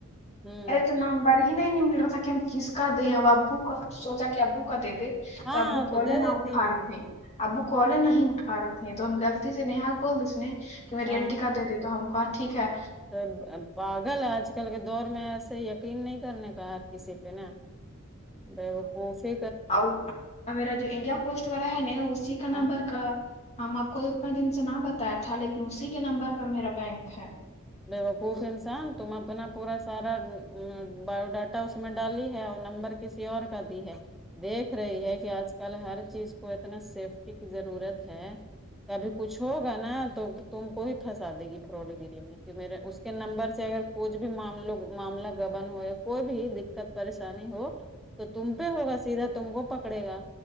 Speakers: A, in the centre; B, on the left.
A: ہوں
B: نومبر ہی نہیں نہیں مل رہا تھا کہ ہم کس کا دیں اور ابو کا سوچا کہ ابو کا دے دیں
A: ہاں
B: تو ابو کال
A: دے
B: نہ
A: دیتی
B: اٹھار تھیں ابو کال نہیں اٹا بارت نہیں تو ہم غلطی سے نا بول دیس نے کہ میری
A: ہاں
B: اننٹی کا دے دی تو ہم کہا ٹھیک ہے
A: تو پاگل آج کل کے دور میں ایسے یقین نہیں کرنے کا کسی پہ نا ا وہ کوفی
B: اور میرا جو انڈیا پوسٹ والا ہے نے اسی کا
A: ہاں
B: نمبر کا ہم آپ کو تو اتنا دن سے نہ بتایا تھا لیکن اسی کے نمبر کا میرا بینک ہے
A: بیوقوف انسان تم اپنا پورا سارا بایو ڈاٹا اس میں ڈالی ہے اور نمبر کسی اور کا دی ہے دیکھ د رہی ہے کہ آج کل ہر چیز کو اتنا سیفٹی کی ضرورت ہے ابھی کچھ ہو نا تو تم کو بھی پھنسا دےی فوڈ گیری میں کی میرے اس کے نمبر سے اگر کوھ بھی معاملہ گبن ہو یا کوئی بھی دقت پریشانی ہو تو تم پہ ہوگا سیدھا تم کو پکڑے گا